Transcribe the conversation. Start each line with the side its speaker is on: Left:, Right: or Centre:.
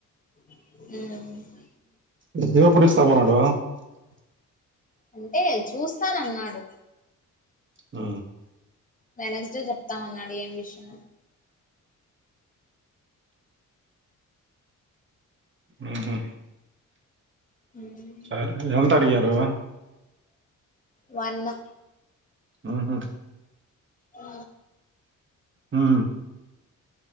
Left: ఉ
Right: ఇచ్చినప్పుడు ఇస్తావా <unintelligible>
Left: అంటే చూస్తానన్నాడు
Right: హ
Left: వెండ్స్ డే చెప్తామన్నాడు ఏం విషయ
Right: ఉహు
Left: హ్మ్,
Right: సరే ఎంత అడిగారు
Left: వన్న
Right: ఆహ
Left: ఆ
Right: ఆ